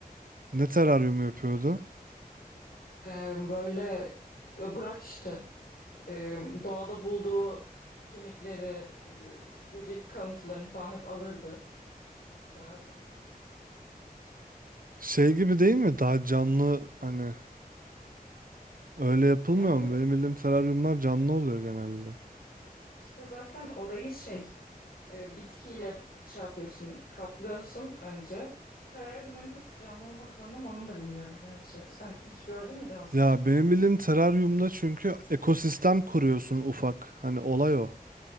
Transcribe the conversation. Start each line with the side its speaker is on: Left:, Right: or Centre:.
Right: Ne teraryum yapıyordu?
Left: Ee, böyle e, Burak işte e, doğada bulduğu kemikleri, e, böcek kalıntılarını falan hep alırdı, koyardı.
Right: Şey gibi değil mi? Daha canlı hani Öyle yapılmıyor
Left: Yani
Right: mu? Benim bildiğim teraryumlar canlı oluyor genelde.
Left: İşte zaten olayı şey e, bitkiyle şey yapıyorsun kaplıyorsun önce. Teraryumların hepsi canlı olmak zorunda mı onu da bilmiyorum gerçi. Sen hiç gördün mü cansız?
Right: Ya benim bildiğim teraryumda çünkü ekosistem kuruyorsun ufak. Hani olay o.